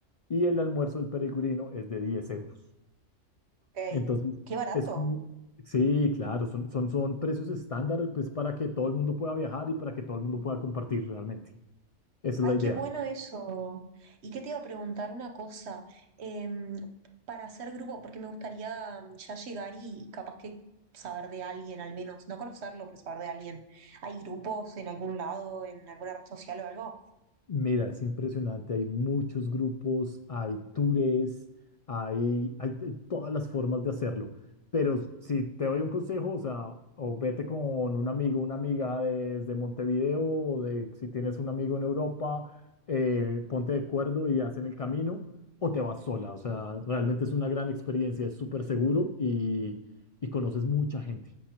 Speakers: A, on the left; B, on the right.
A: y el almuerzo del peregrino es de 10 euros.
B: ok,
A: Entonces,
B: qué barato.
A: es como, sí, claro, son, son, son precios estándar pues, para que todo el mundo pueda viajar y para que todo el mundo pueda compartir realmente. Esa
B: Ay,
A: es la idea.
B: qué bueno eso. ¿Y qué te iba a preguntar una cosa? Em, para hacer grupo, porque me gustaría mm, ya llegar y, y capaz que saber de alguien al menos, no conocerlo, pero saber de alguien. ¿Hay grupos en algún lado, en alguna red social o algo?
A: Mira, es impresionante, hay muchos grupos, hay tours, hay, hay t- todas las formas de hacerlo, pero si te doy un consejo, o sea, o vete con un amigo, una amiga desde Montevideo, o de, si tienes un amigo en Europa, eh, ponte de acuerdo y hacen el camino, o te vas sola, o sea, realmente es una gran experiencia, es súper seguro y, y conoces mucha gente,